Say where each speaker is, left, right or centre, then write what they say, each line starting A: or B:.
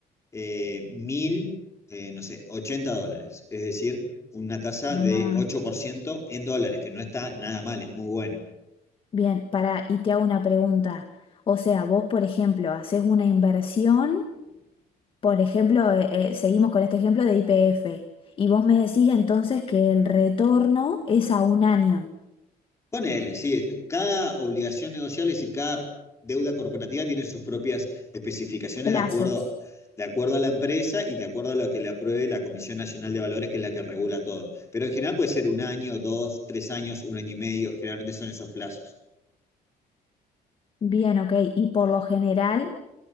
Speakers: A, on the left; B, on the left.
A: eh, mil, eh, no sé, 80 dólares. Es decir, una tasa
B: Ah.
A: de 8% en dólares, que no está nada mal, es muy buena.
B: Bien, para, y te hago una pregunta. O sea, vos, por ejemplo, haces una inversión, por ejemplo, eh, eh, seguimos con este ejemplo de YPF, y vos me decís entonces que el retorno es a un año,
A: Ponele, sí, cada obligación negociable y cada deuda corporativa tiene sus propias especificaciones
B: plazos.
A: de acuerdo, de acuerdo a la empresa y de acuerdo a lo que le apruebe la Comisión Nacional de Valores, que es la que regula todo. Pero en general puede ser un año, dos, tres años, un año y medio, generalmente son esos plazos.
B: Bien, ok, y por lo general,